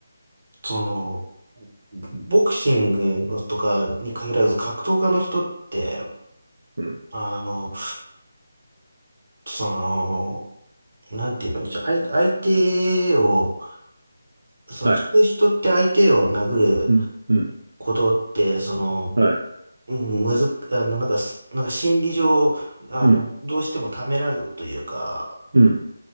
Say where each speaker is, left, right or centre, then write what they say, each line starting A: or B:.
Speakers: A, on the right; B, on the right.
A: その、ボクシングのとかに限らず、格闘家の人って、
B: うん。
A: あの、その、なんて言えばいいんでしょう。相、相手を、その、
B: はい。
A: 普通人って相手を殴る
B: うん。うん。
A: ことって、その、
B: はい。
A: うん、むずっ、あの、なんかす、なんか心理上、あの、
B: うん。
A: どうしてもためられるというか、
B: うん。